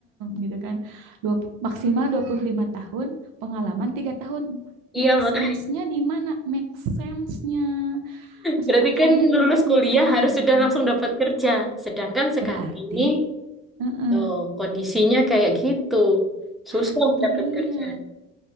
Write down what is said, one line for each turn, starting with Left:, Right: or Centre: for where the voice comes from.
Right: gitu kan. Dua, maksimal 25 tahun, pengalaman 3 tahun.
Centre: Iya,
Right: Make sense-nya
Centre: maka
Right: di mana? Make sense-nya. Masuk
Centre: berarti
Right: akalnya
Centre: kan
Right: di
Centre: lulus
Right: mana
Centre: kuliah harus
Right: gitu
Centre: sudah
Right: kan.
Centre: langsung dapat kerja. Sedangkan sekarang
Right: Berarti
Centre: ini
Right: eh, eh,
Centre: tuh kondisinya kayak gitu. Susah
Right: nah, itu
Centre: dapat
Right: dia.
Centre: kerja.